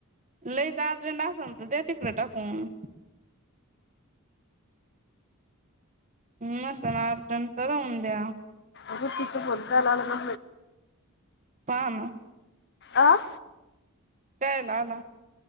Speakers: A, on the right; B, on the left.
A: लईच अर्जंट असल तर द्या तिकडे टाकून नसणं अर्जंट तर राहुदया.
B: आग तिथ बोलता आलं
A: पाहणं
B: अं
A: कायला आला?